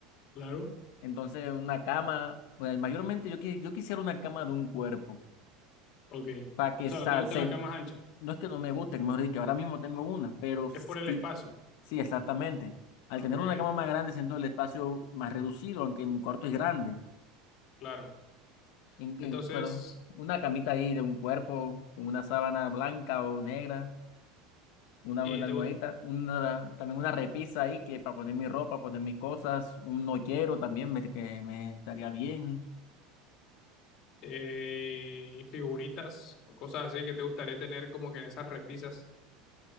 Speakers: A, on the left; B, on the left.
A: Claro.
B: Entonces, una cama, pues mayormente yo, qui- yo quisiera una cama de un cuerpo,
A: Ok.
B: para que
A: O sea,
B: sa-
A: no te gustan
B: se-
A: las camas anchas.
B: no es que no me guste, mejor dicho, ahora mismo tengo una, pero sí,
A: Es por el espacio.
B: sí, exactamente. Al
A: Ok,
B: tener una cama más grande, siento el espacio más reducido, aunque mi cuarto es grande.
A: claro.
B: En-
A: Entonces,
B: en- pero una camita
A: eh,
B: ahí de un cuerpo, con una sábana blanca o negra. una
A: y
B: buena
A: te
B: almohadita,
A: gust-
B: una, también una repisa ahí que para poner mi ropa, poner mis cosas, un nochero también me, que me estaría bien.
A: eh, y figuritas o cosas así que te gustaría tener como que en esas repisas.